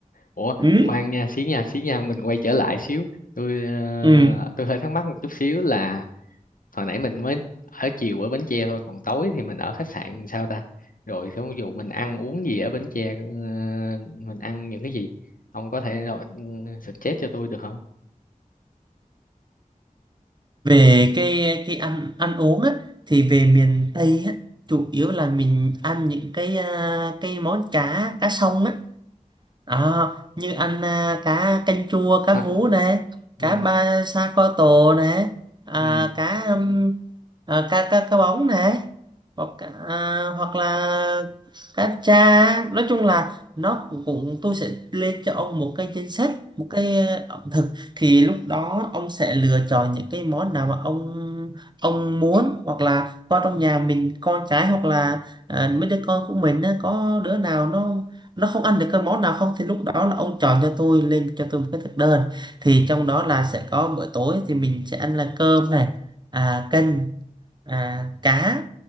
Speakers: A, on the left; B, on the right.
A: ủa
B: ừ
A: khoan nha xí nha xí nha mình quay trở lại xíu tôi ờ,
B: ừ
A: tôi hơi thắc mắc một chút xíu là hồi nãy mình mới ở chiều ở Bến Tre thôi còn tối thì mình ở khách sạn sao ta rồi ví dụ mình ăn uống gì ở Bến Tre ờ, mình ăn những cái gì ông có thể rồi ừ, suggest cho tôi được không
B: về cái cái ăn ăn uống á thì về miền Tây á chủ yếu là mình ăn những cái à, cái món cá cá sông á Đó, như ăn à, cá canh chua cá
A: à,
B: hú này cá
A: ừ,
B: ba sa co tổ này à,
A: ừ,
B: cá Ờ, cá cá cá bóng này hoặc à, hoặc là cá tra nói chung là nó cũng cũng- tôi sẽ lên cho ông một cái danh sách một cái ờ, ẩm thực thì lúc đó ông sẽ lựa chọn những cái món nào mà ông ông muốn hoặc là con trong nhà mình con cái hoặc là à, mấy đứa con của mình á, có đứa nào nó nó không ăn được cái món nào không thì lúc đó là ông chọn cho tôi lên cho tôi một cái thực đơn thì trong đó là sẽ có bữa tối thì mình sẽ ăn là cơm này à, canh à, cá